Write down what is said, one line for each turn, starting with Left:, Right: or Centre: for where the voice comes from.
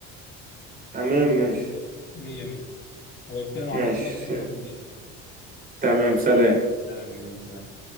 Right: تمام ماشي
Left: مية مية هبقى اتكلم على
Right: ماشي
Left: الواتس بقى ونظبط الدنيا
Right: تمام سلام
Left: تمام يلا سلام